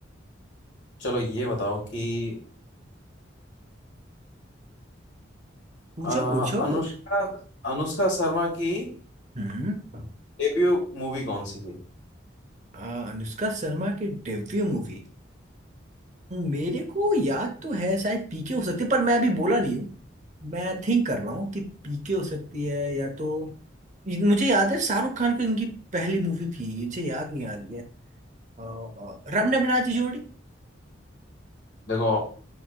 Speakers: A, on the left (about 70°); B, on the right (about 40°).
A: चलो ये बताओ कि
B: पूछो
A: आ,
B: पूछो
A: अनुष्का अनुष्का शर्मा की
B: हम्म
A: डेब्यू मूवी कौन सी थी
B: आ, अनुष्का शर्मा की डेब्यू मूवी मेरे को याद तो है शायद पीके हो सकती है पर मैं अभी बोला नहीं हूँ मैं थिंक कर रहा हूँ कि पीके हो सकती है या तो मुझे याद है शाहरुख खान की इनकी पहली मूवी थी मुझे याद नहीं आ रही है अ, अ, रब ने बना दी जोड़ी
A: देखो